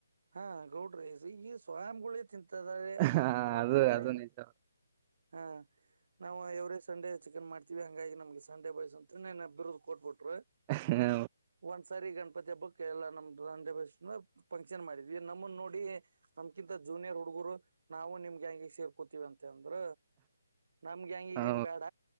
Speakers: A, on the right (about 55°); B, on the right (about 25°).
A: ಹಾ ಗೌಡ್ರೇ್ ಈಗ ಸ್ವಯಂ ಗುಳ ತಿಂತದ್ರೆ
B: ಹ
A: ನಾ
B: ಅದು
A: ತಿಂದ್ರೆ
B: ಅದು
A: ಏನು
B: ನಿಜ
A: ಹಾ ನಾವು ಯವರೇ ಸಂಡೇ ಚಿಕನ್ ಮಾಡ್ತೀವಿ ಹಂಗಾಗಿ ನಮ್ಗೆ ಸಂಡೆ ಬಾಯ್ಸ್ ಅಂತ ಬಿರುದ್ ಕೋಡ್ವಾರ್ಡ್
B: ಹಾ
A: ಒಂದ್ಸರಿ ಗಂ <unintelligible> ಇಪ್ಪತ್ತ ಹಬ್ಬಕ್ ಎಲ್ಲಾ ನಮ್ ದಂಡೆ ಬಸ್ ಫಂಕ್ಷನ್ ಮಾಡಿದ್ವಿ ನಮ್ಮ ನೋಡಿ ನಮ್ಕಿಂತ ಜೂನಿಯರ್ ಹುಡುಗ ರು ನಾವು ನಿಮ್ಗೆ ಹಂಗಗೆ ಸೇರ್ಕೋತಿೀವಿ ಅಂತಂದ್ರ ನಮ್ಗೆ ಹಂಗೀಗ
B: ಹಾ
A: ಏನ್ ಬೇಡ